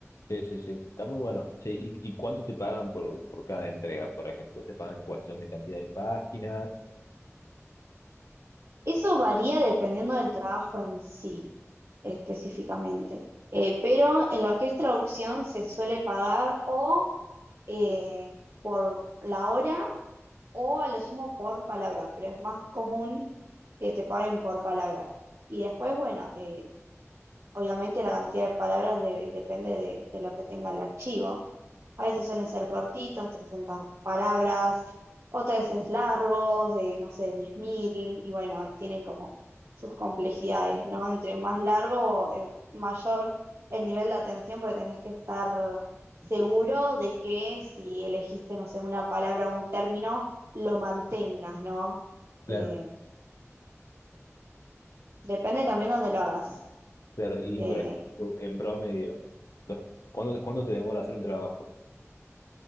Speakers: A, on the left; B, on the right.
A: Sí, sí, sí, está muy bueno. Sí, ¿y, y cuánto te pagan por, por cada entrega, por ejemplo? ¿Te pagan en cuestión de cantidad de páginas?
B: Eso varía dependiendo del trabajo en sí, específicamente. Eh, pero en lo que es traducción se suele pagar o eh, por la hora o a lo sumo por palabra, pero es más común que te paguen por palabra. Y después, bueno, eh, obviamente la cantidad de palabras debe- depende de, de lo que tenga el archivo. A veces suelen ser cortitos, 300 palabras, otras veces largos, de no sé, 10.000, y bueno, tienen como sus complejidades, ¿no? Entre más largo, eh, mayor el nivel de atención, porque tenés que estar seguro de que si elegiste, no sé, una palabra o un término, lo mantengas, ¿no?
A: Claro,
B: Eh, depende también de dónde lo hagas.
A: claro. Y,
B: Eh,
A: por ejemplo, en promedio, los- ¿cuánto, cuánto te demora hacer un trabajo?